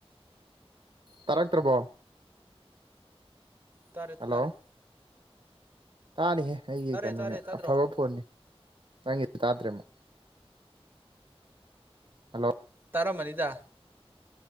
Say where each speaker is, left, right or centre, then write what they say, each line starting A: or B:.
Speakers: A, on the right (about 50°); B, on the right (about 20°).
A: ꯇꯥꯔꯛꯇ꯭ꯔꯕꯣ
B: ꯇꯥꯔꯦꯠ
A: ꯍꯜꯂꯣ
B: ꯇꯥꯔꯦꯠ
A: ꯇꯥꯅꯤꯍꯦ ꯑꯩꯒꯤ ꯀꯩꯅꯣꯅꯦ
B: ꯇꯥꯔꯦ ꯇꯥꯗ꯭ꯔꯣ
A: ꯑꯐꯕ ꯐꯣꯟꯅꯤ ꯅꯪꯒꯤ ꯇꯥꯗ꯭ꯔꯦꯃꯣ ꯍꯜꯂꯣ
B: ꯇꯥꯔꯝꯃꯅꯤꯗ